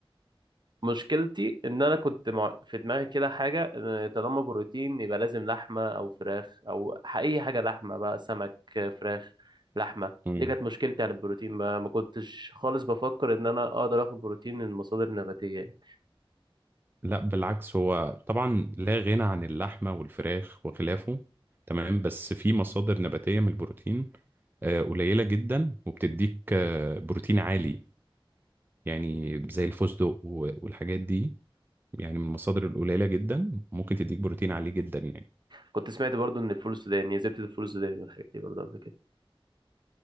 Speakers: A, on the right; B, on the right.
A: مشكلتي ان انا كنت مع... في دماغي كده حاجه إن طالما بروتين يبقى لازم لحمه او فراخ او ح- اي حاجه لحمه بقى سمك فراخ لحمه
B: مم.
A: دي كانت مشكلتي عن البروتين بقى ما كنتش خالص بفكر ان انا اقدر اخد بروتين من مصادر نباتيه يعني
B: لا بالعكس هو طبعا لا غنى عن اللحمة والفراخ وخلافه تمام بس في مصادر نباتية من البروتين آه، قليلة جدا وبتديك آه، بروتين عالي يعني زي الفستق و- والحاجات دي يعني من المصادر القليلة جدا ممكن تديك بروتين عالي جدا يعني
A: كنت سمعت برضو ان الفول السوداني زبده الفول السوداني والحاجات دي برضو قبل كده